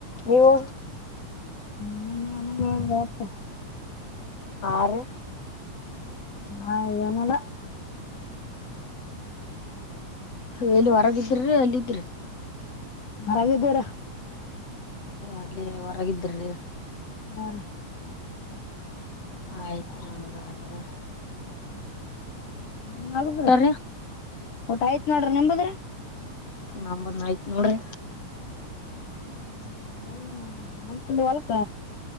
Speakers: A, on the left; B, on the left.
A: ನೀವು
B: ನಮ್ಮನ್ಯಾನು <unintelligible> ಯಪ್ಪ
A: ಹಾ ರೀ
B: ಆ ಏನಿಲ್ಲ
A: ಎಲ್ಲಿ ಹೊರಗಿದ್ದಿರ್ರೀ ಎಲ್ಲಿದ್ರಿ
B: ಹೊರಗಿದ್ದಿವ್ರಿ.
A: ಓ ಅಲ್ಲೆ ಹೊರಗಿದ್ರಿರೀ
B: ಹಾ ರೀ
A: ಆಯ್ತ್ ರೀ ಹಂಗಾರ
B: ನನ್ ಆಗದ್ರ
A: ರೀ
B: ಊಟ ಆಯ್ತ ನೋಡ್ರಿ ನಿಂಬದ್ರಿ
A: ನಮ್ಮುದ್ ಆಯ್ತ್ ನೋಡ್ರಿ
B: ಹ್ಮ್ ಒನ್ ವಂಟೀನ್ ಹೊಲ್ಕ